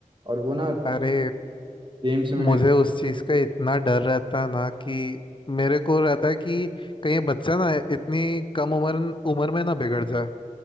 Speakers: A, on the right; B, on the left.
A: और वो ना
B: अरे
A: गेम्स में
B: मुझे
A: भी
B: उस चीज का इतना डर रहता है ना कि मेरे को रहता है कि कहीं ये बच्चा ना इतनी कम उम्र उम्र में ना बिगड़ जाए